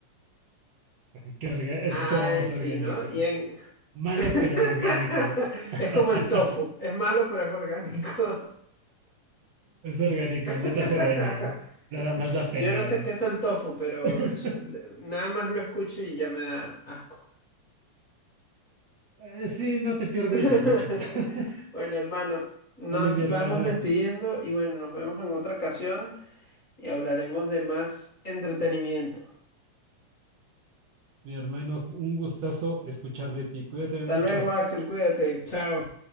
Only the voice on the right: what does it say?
<laughs> que orga- Eso
estuvo más
orgánico.
Malo,
pero orgánico. <laughs>
Es orgánico,
no te hace daño. Nada más da pena.
<laughs>
Eh, Sí, no te pierdes
de mucho. <laughs>
Vale, mi hermano.
Mi hermano, un gustazo escuchar de ti. Cuídate
mucho.